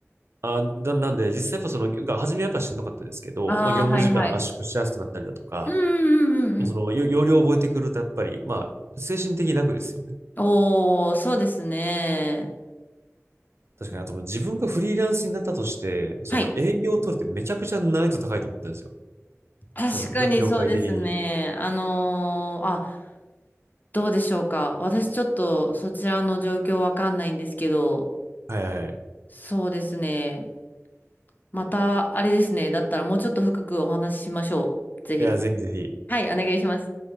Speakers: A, on the right; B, on the left.
A: あ、な、なんで実際やっぱその、が初めはやっぱしんどかったですけど、
B: ああ、
A: まあ業務時間圧縮しやすくなったりだとか、
B: はいはい。うんうんうんうん。
A: まあその、よ要領を覚えてくるとやっぱり、まあ精神的に楽ですよね。
B: おー、そうですね。
A: 確かに、
B: ま
A: あともう自分がフリーランスになったとして、その営業を取るってめちゃくちゃ難易度高いと思ったんですよ。
B: はい。確かにそうですね。
A: その業、業界的に。
B: あのーあ、どうでしょうか。私ちょっとそちらの状況わかんないんですけど、
A: はいはいはい。
B: そうですね。また、あれですね。だったらもうちょっと深くお話ししましょう。ぜひ。
A: いや、ぜひぜひ。
B: はい、お願いします。